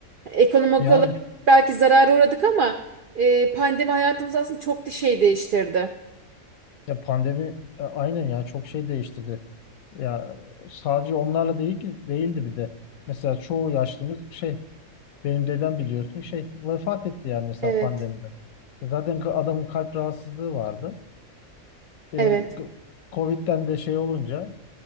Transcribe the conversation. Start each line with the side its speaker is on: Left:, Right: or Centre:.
Right: Ekonomik
Left: Yani
Right: olarak belki zarara uğradık ama e, pandemi hayatımızı aslında çok da şey değiştirdi.
Left: ya pandemi a- aynen ya çok şey değiştirdi. Ya sadece onlarla değil ki değildi bir de. Mesela çoğu yaşlımız şey benim dedem biliyorsun şey vefat etti yani mesela
Right: Evet,
Left: pandemiden. Zaten ka- adamın kalp rahatsızlığı vardı. E,
Right: evet.
Left: g- Covid'den de şey olunca